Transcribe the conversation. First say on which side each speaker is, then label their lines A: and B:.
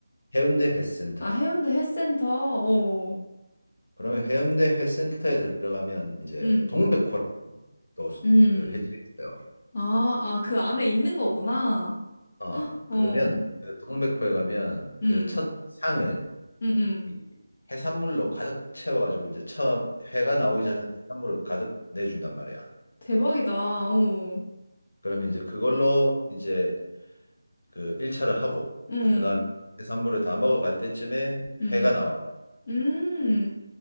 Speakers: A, on the left; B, on the left.
A: 해운대 회센터.
B: 아, 해운대 헬스센터. 어,
A: 그러면 해운대 회센터에 들어가면 이제
B: 음,
A: 동백호라는 또그
B: 음.
A: 횟집이 있어요.
B: 아, 아, 그 안에 있는 거구나.
A: 어,
B: 어,
A: 그러면 그 동백호에 가면
B: 음,
A: 그 첫 상을
B: 음, 음.
A: 이 해산물로 가득 채워가지고 이제 처음 회가 나오기 전에 해산물을 가득 내준단 말이야.
B: 대박이다. 어,
A: 그러면 이제 그걸로 이제 그 1차를 하고
B: 음,
A: 그다음 해산물을 다 먹어갈 때쯤에
B: 음,
A: 회가 나와요.
B: 음. 음,